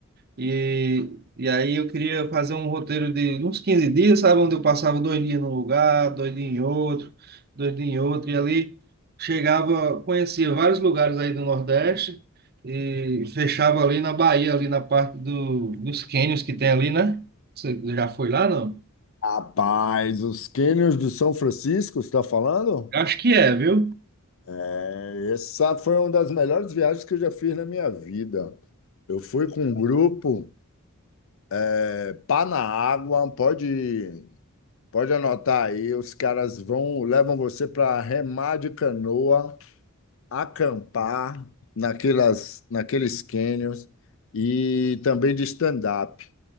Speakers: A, on the right; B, on the left.
A: E, e aí eu queria fazer um roteiro de uns 15 dias, sabe? Onde eu passava dois dias num lugar, dois dias em outro, dois dias em outro, e ali chegava, conhecia vários lugares aí do Nordeste e fechava ali na Bahia, ali na parte do, dos cânions que tem ali, né? Você já foi lá, não?
B: Rapaz, os cânions do São Francisco, você está falando?
A: Acho que é, viu?
B: Eh, Essa foi uma das melhores viagens que eu já fiz na minha vida. Eu fui com um grupo, é, pá na água, pode. Pode anotar aí, os caras vão, levam você para remar de canoa, acampar naquelas, naqueles canyons e também de stand-up.